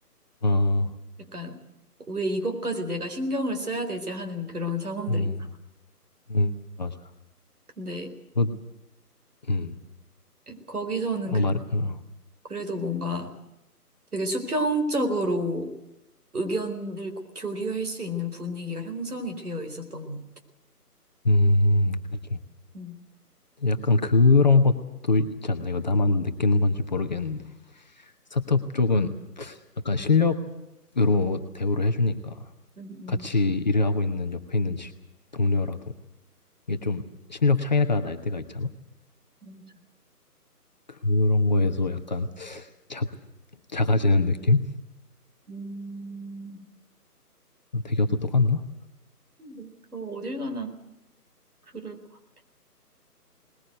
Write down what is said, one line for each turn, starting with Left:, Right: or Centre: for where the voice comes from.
Left: 어,
Right: 약간 왜 이것까지 내가 신경을 써야 되지 하는 그런 상황들
Left: 음,
Right: 있죠.
Left: 음, 맞아.
Right: 근데
Left: 그, 음,
Right: 거기서는
Left: 어,
Right: 그래-
Left: 말해, 어,
Right: 그래도 뭔가 되게 수평적으로 의견을 교류할 수 있는 분위기가 형성이 되어 있었던 것 같아.
Left: 음, 그렇지.
Right: 음,
Left: 약간 그런 것도 있지 않나? 이거 나만 느끼는 건지 모르겠는데. 스타트업 쪽은 약간 실력으로 대우를 해주니까
Right: 음, 음,
Left: 같이 일을 하고 있는 옆에 있는 직- 동료라도 이게 좀 실력 차이가 날 때가 있잖아?
Right: 맞아.
Left: 그런 거에서 약간 작, 작아지는 느낌?
Right: 음,
Left: 대기업도 똑같나?
Right: 음, 음. 어, 어딜 가나 그럴 것 같아.